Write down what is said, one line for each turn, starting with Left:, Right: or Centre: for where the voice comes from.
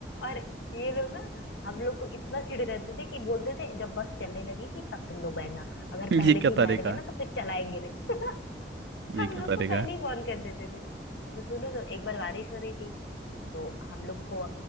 Left: और ये लोग ना हम लोग को इतना चिढ़ रहते थे कि बोलते थे जब बस चलने लगेगी तब तुम लोग बैठना अगर पहले
Right: ये क्या
Left: से ही
Right: तरीका
Left: बैठ गए ना
Right: है
Left: तो फिर चलाएंगे नहीं <laughs>
Right: ये
Left: हम
Right: क्या
Left: लोग
Right: तरीका
Left: को पहले
Right: है
Left: ही वार्न कर देते थे तो सुनो तो एक बार बारिश हो रही थी तो हम लोग को